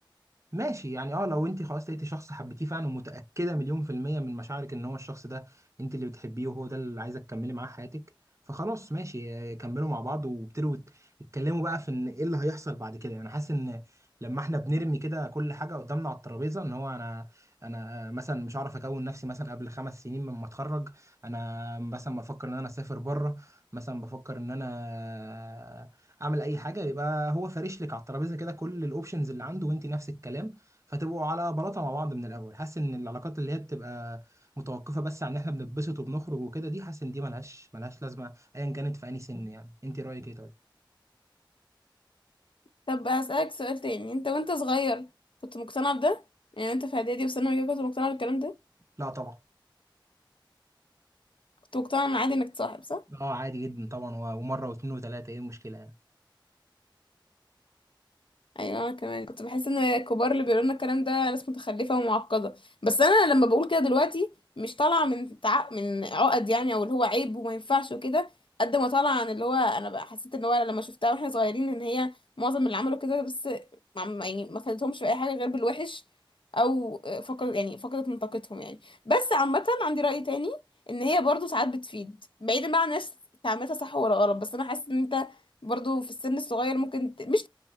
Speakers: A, on the right; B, on the left.
A: ماشي يعني اه لو انت خلاص لقيتي شخص حبيتيه فعلا ومتأكدة مليون في المية من مشاعرك ان هو الشخص ده انت اللي بتحبيه وهو ده اللي عايزة تكملي معاه حياتك فخلاص ماشي آه، كملوا مع بعض وابتدوا يت- يتكلموا بقى في ان ايه اللي هيحصل بعد كده يعني حاسس ان لما احنا بنرمي كده كل حاجة قدامنا على الترابيزة ان هو انا انا آه، مثلا مش عارف اكون نفسي مثلا قبل خمس سنين لما اتخرج انا مثلا بفكر ان انا اسافر بره مثلا بفكر ان انا اعمل اي حاجه يبقى هو فارش لك على الترابيزه كده كل الاوبشنز اللي عنده وانت نفس الكلام فتبقوا على بلاطه مع بعض من الاول حاسس ان العلاقات اللي هي بتبقى متوقفه بس عن ان احنا بنتبسط وبنخرج وكده دي حاسس ان دي ملهاش ملهاش لازمه ايا كانت في اي سن يعني انت رايك ايه طيب
B: طب هسألك سؤال تاني انت وانت صغير كنت مقتنع بده يعني وانت في اعدادي وثانوي كده كنت مقتنع بالكلام ده
A: لا طبعا
B: كنت مقتنع ان عادي انك تصاحب صح
A: اه عادي جدا طبعا و- ومره واثنين وثلاثه ايه المشكله يعني
B: ايوه أنا كمان كنت بحس ان الكبار اللي بيقولوا لنا الكلام ده ناس متخلفه ومعقده بس انا لما بقول كده دلوقتي مش طالعه من تع... من عقد يعني او اللي هو عيب وما ينفعش وكده قد ما طالعه عن اللي هو انا بقى حسيت ان هو لما شفتها واحنا صغيرين ان هي معظم اللي عملوا كده بس مع- يعني ما فادتهمش في اي حاجه غير بالوحش او فقد يعني فقدت من طاقتهم يعني بس عامه عندي راي تاني ان هي برضو ساعات بتفيد بعيدا بقى عن الناس تعملها صح ولا غلط بس انا حاسه ان انت برضو في السن الصغير ممكن ت... مش